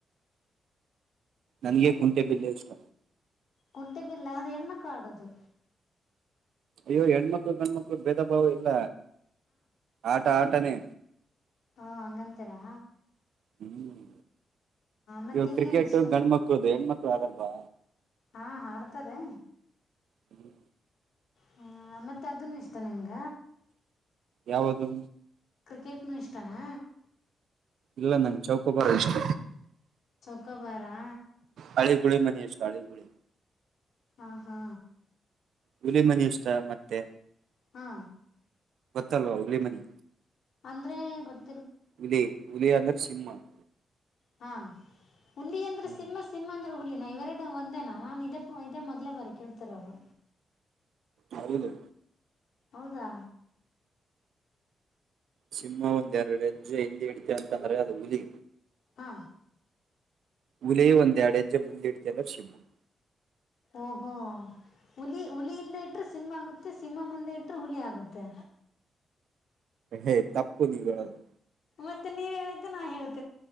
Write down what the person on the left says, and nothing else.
ಕುಂಟೆ ಬಿಲ್ಲೆ ಅದು ಹೆಣ್ಮಕ್ಳು ಆಡದು.
ಅ ಹಂಗಂತಿರಾ
ಮತ್ತು
ಇನ್ನೇನು
ಇಷ್ಟ
ಹಾ ಆಡ್ತಾರೆ.
ಹ ಮತ್ತೆ ಅದನ್ನು ಇಷ್ಟ ನಿಮ್ಗ.
ಕ್ರಿಕೆಟ್ನುೂ ಇಷ್ಟನಾ
ಚೌಕೋಬಾರಾ
ಹಾ ಹಾ
ಹಾ
ಅಂದ್ರೆ ಗೊತ್
ಹಾ ಹುಲಿ ಅಂದ್ರೆ
ಸಿಂಹ ಸಿಂಹ ಅಂದ್ರ ಹುಲಿ ನ ಇವರಡ ಒಂದೇನಾ ನಾನು ಇದೇ ಇದೇ ಮೊದಲೇ ಬರ್ಕಳ್ತರದು.
ಹೌದಾ
ಹಾ
ಓಹೋ ಹುಲಿ ಹುಲಿಯಿಂದ ಇಟ್ರೆ ಸಿಂಹ ಆಗುತ್ತೆ ಸಿಂಹ ಮುಂದೆ ಇಟ್ರೆ ಹುಲಿ ಆಗುತ್ತೆ
ಮತ್ತೆ ನೀವ್ ಹೇಳಿದ್ದೆ ನಾ ಹಳದ್